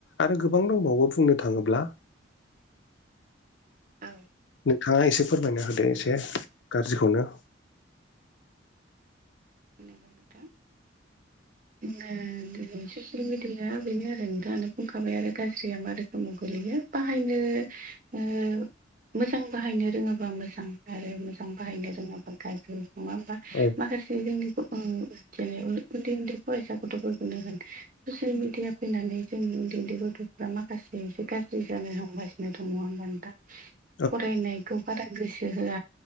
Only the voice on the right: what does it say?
औ
औ नंगौ नोंथां जोङो दिनै ससियेल मिडियाया बेनो आरो नोंथाङानो बुंखाबाय आरो गाज्रिया मा रोखोमाव गोलैयो बाहायनो ओ मोजां बाहायनो रोङोबा मोजां आरो मोजां बाहायनो रोङाबा गाज्रि नङा होमबा
माखासे जे जों ओ जेन' उन्दै उन्दै फरायसा गथ'फोरखौनो होन ससियेल मिडिया फैनानै जोंनि उन्दै उन्दै गथ'फ्रा माखासे एसे गाज्रि जानो हमगासिनो दङ नङा होमबा नोंथां
फरायनायखौ बारा गोसो होआ